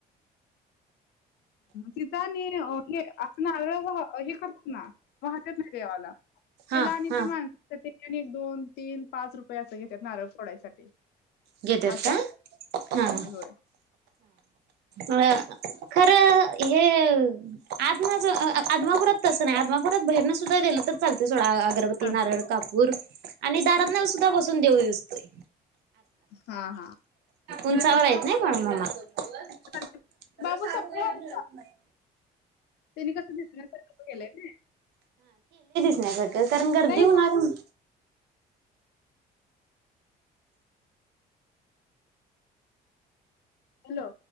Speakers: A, on the left; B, on the right.
A: तिथं आणि हे आप आळ हे करतात वाहत्यात ना देवाला त्याला
B: हा
A: आणि
B: हा
A: ते माणस एक दोन तीन पाच रुपये असं घेतात नारळ फोडायसाठी.
B: घेतात
A: असं
B: का?
A: आहे.
B: हम्म..
A: होय, होय.
B: हा खरं हे आत्माच आदमापुरात तस नाही आदमापुरात बाहेर ालं तर चाल सोड अगरबत्ती
A: चालतंय.
B: नारळ कापूर आणि दारातन सुद्धा बसून देऊ त
A: हा हा म्हणजे
B: उंचावर आहेत नाही बाळूमामा खरं
A: <unintelligible>
B: सारखं मिळत नाही
A: तेनी कसं दिसल्या सारख केलंय.
B: नजर
A: ताई
B: <unintelligible> देऊन ना अजून.
A: हॅलो!